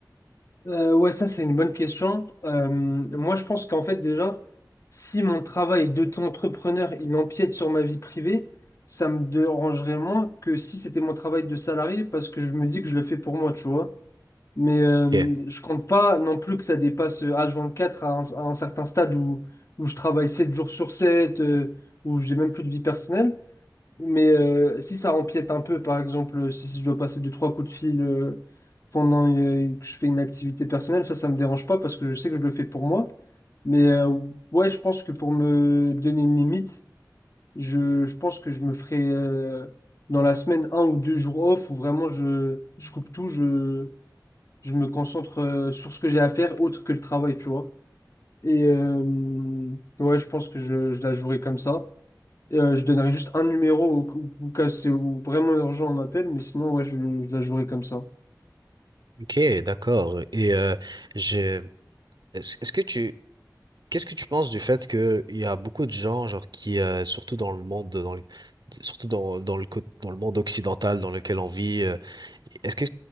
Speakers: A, on the left (about 45°); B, on the right (about 70°).
A: Euh, ouais, ça c'est une bonne question. Euh, moi je pense qu'en fait déjà, si mon travail d'auto-entrepreneur il empiète sur ma vie privée, ça me dérangerait moins que si c'était mon travail de salarié parce que je me dis que je le fais pour moi, tu vois. Mais euh,
B: Ok,
A: je compte pas non plus que ça dépasse euh, H24 à un, à un certain stade où, où je travaille 7 jours sur 7, euh, où j'ai même plus de vie personnelle. Mais euh, si ça empiète un peu, par exemple, si, si je dois passer deux, trois coups de fil euh, pendant euh, que je fais une activité personnelle, ça, ça me dérange pas parce que je sais que je le fais pour moi. Mais euh, ouais, je pense que pour me donner une limite, je, je pense que je me ferai euh, dans la semaine un ou deux jours off où vraiment je, je coupe tout, je, je me concentre euh, sur ce que j'ai à faire autre que le travail, tu vois. Et euh, ouais, je pense que je, je la jouerai comme ça. Euh, je donnerai juste un numéro au, au- au cas où c'est où vraiment urgent, on m'appelle, mais sinon, ouais, je, je la jouerai comme ça.
B: ok, d'accord. Et euh, je, est-ce, est-ce que tu, qu'est-ce que tu penses du fait que il y a beaucoup de gens, genre qui, euh, surtout dans le monde, dans le, surtout dans, dans le, cô- dans le monde occidental dans lequel on vit, euh, est-ce que,